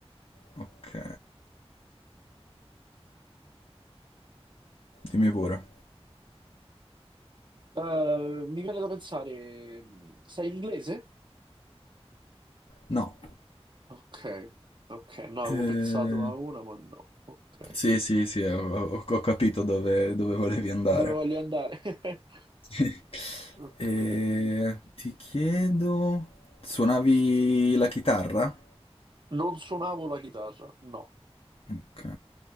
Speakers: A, on the left (about 60°); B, on the right (about 45°).
A: Ok, dimmi pure.
B: Eh, mi viene da pensare, mh, sei inglese?
A: No.
B: Ok, ok, no, avevo
A: Eh,
B: pensato a una, ma no. Ok,
A: sì, sì, sì, ho, ho- ho capito dove, dove volevi andare.
B: dove voglio andare? <laughs>
A: <laughs>
B: Ok,
A: Eh, ti chiedo, suonavi la chitarra?
B: non suonavo la chitarra, no.
A: Ok.